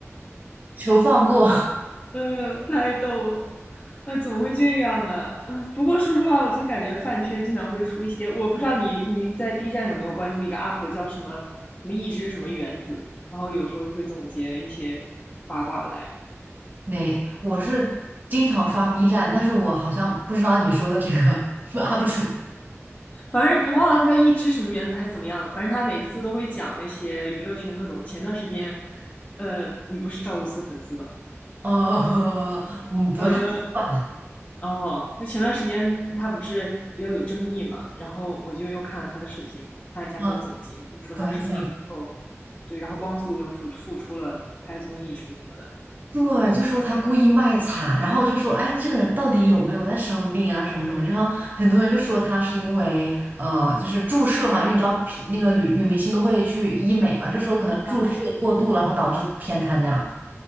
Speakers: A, on the right; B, on the left.
A: 求放过。
B: 嗯，太逗了，那怎么会这样啊？<laughs> 啊不过说实话，我真感觉饭圈经常会出一些，我不知道你你在 B 站有没有关注一个 UP 叫什么什么一只什么原子，然后有时候就会总结一些八卦来。
A: 那我是经常刷 B 站，但是我好像不知道你说的这个 <laughs> u 不出
B: 反正我忘了他叫一只什么原子还是怎么样的，反正他每次都会讲那些娱乐圈各种。前段时间，呃，你不是赵露思粉丝吧？
A: <laughs>。呃，嗯，不太算，
B: 嗯。哦，就前段时间他不是比较有争议嘛，然后我就又看了他的视频，看了一下他的总结，
A: 嗯，
B: 就说他生病之后，
A: 怎么讲？
B: 对，然后光速又复复出了拍综艺什么什么的。
A: 对，就说他故意卖惨，然后就说，哎，这个人到底有没有在生病啊，什么什么？然后很多人就说他是因为，呃，就是注射嘛，因为你知道皮那个女女明星都会去医美嘛，就说可能注射过度了然后导致偏瘫这样。
B: 嗯，